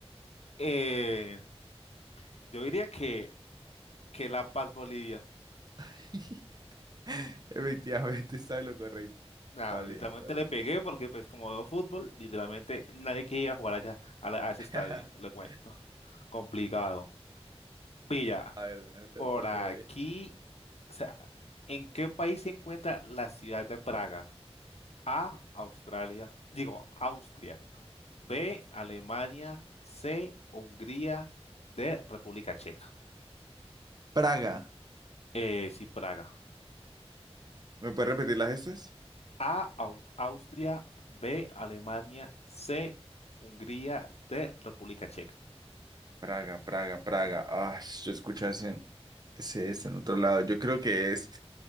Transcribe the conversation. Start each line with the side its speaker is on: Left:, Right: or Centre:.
Left: Eh, yo diría que, que La Paz Bolivia.
Right: <laughs> Efectivamente, está en lo correcto.
Left: Nah,
Right: Está bien,
Left: literalmente
Right: está bien.
Left: le pegué porque pues como veo fútbol, literalmente nadie quería jugar allá a, la- a ese
Right: <laughs>
Left: estadio, le cuento. Complicado. Pilla,
Right: A ver, déjate
Left: por
Right: de pronto
Left: aquí,
Right: por ahí.
Left: o sea, ¿en qué país se encuentra la ciudad de Praga? A, Australia, digo, Austria. B, Alemania. C, Hungría. D, República Checa.
Right: Praga.
Left: Eh, sí, Praga.
Right: ¿Me puedes repetir las estas?
Left: A, Au- Austria, B, Alemania, C, Hungría, D, República Checa.
Right: Praga, Praga, Praga. Ah, yo escuché ese, ese, ese en otro lado. Yo creo que es